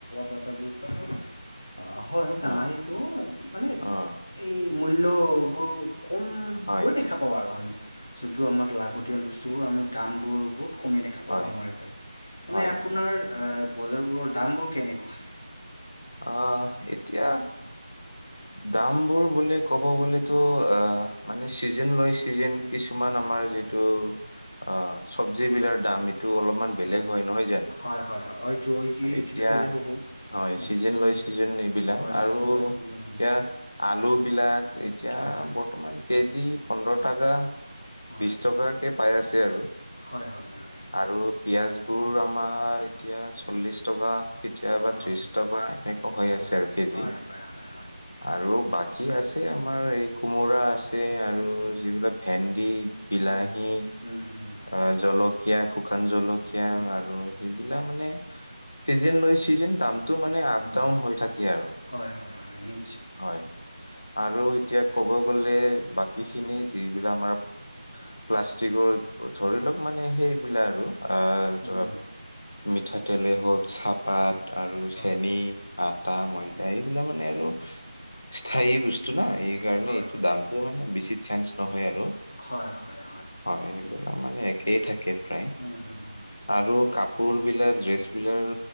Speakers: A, on the left; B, on the left.
A: বজাৰবোৰত আৰু অ', হয়।
B: অ',
A: ডাঙাৰীটো মানে
B: অ',
A: এই মূল্যবোৰ কমবোৰে
B: হয়,
A: দেখা পাওঁ, আৰু আমি যোনটো আমাক লাগতিয়াল বস্তুবোৰ আমি দামবোৰ বহুত কমি দেখা পাওঁ,
B: হয়,
A: আমাৰফালে
B: হয়,
A: এনে আপোনাৰ
B: হয়।
A: বজাৰবোৰৰ দামবোৰ কেনেকুৱা?
B: অ', এতিয়া দাম বোৰ বোলে, ক'ব গ'লেতো অ, মানে চিজন লৈ চিজন। কিছুমান
A: হয়
B: আমাৰ
A: হয়
B: যিটো অ, চবজ বিলাৰ দাম। এটু অলপ মান ব্লেগ হয়, নহয় জানো?
A: হয় হয় হয় এইটো এইটোতো
B: এতিয়া
A: বেলেগ
B: নহয়
A: হ'ব উম,
B: চিজণ লৈ চিজণ <unintelligible> এইবিলা
A: হয় চিজন
B: আৰু
A: লয় চিজন
B: এতিয়া আলু বিলাক এতিয়া
A: হয়,
B: বৰ্তমান কেজি পোন্ধৰ টকা।
A: হয়,
B: বিছ টকাকে পাই আছে, আৰু
A: হয়, হয়, হয়, হয়,
B: আৰু পিয়াজবোৰ আমাৰ এতিয়া চল্লিশ টকা। কেতিয়াবা
A: হয়,
B: ত্ৰিশ টকা, এনেকুৱা হৈ
A: হয়,
B: আছে আৰু কেজি।
A: হয়, হয়, হয়।
B: আৰু বাকী
A: আচ্ছা।
B: আছে, আমাৰ এই কোমোৰা আছ ছে আৰু
A: উম,
B: যিবিলাক ভেন্দি, বিলাহী।
A: উম, উম হুম।
B: অ', জলকীয়া, শুকান জলকীয়া
A: উম,
B: আৰু সেইবিলাক মানে। চিজেন লৈ, চিজেন দামটো মানে আপ
A: উম
B: ডাউন হৈ থাকে আৰু।
A: হয়, হয়, হয়, নি
B: হয় আৰু এতিয়া কব গ'লে, বাকী খিনি যিবিলাক আমাৰ প্লাষ্টিকৰ, ধৰি লওক মানে সেইবিলাক আৰু আ,
A: উম,
B: ধৰা মিঠাতেলে হওক। চাহপাত
A: হয়,
B: আৰু
A: হয়,
B: চেনী,
A: হয়, হয়,
B: আটা, ময়দা এইবিলাক মানে আৰু স্থায়ী বস্তু না, এই কাৰণে
A: হয়,
B: এইটো
A: হয়।
B: দামটো মানে বেছি চেঞ্জ নহয় আৰু। ৰু
A: হয়, হয়,
B: হয়, সেইবিলাক মানে একেই থাকে প্ৰায়।
A: উম, হুম,
B: আৰু কাপোৰ বিলাক, ড্ৰেচ বিলাকৰ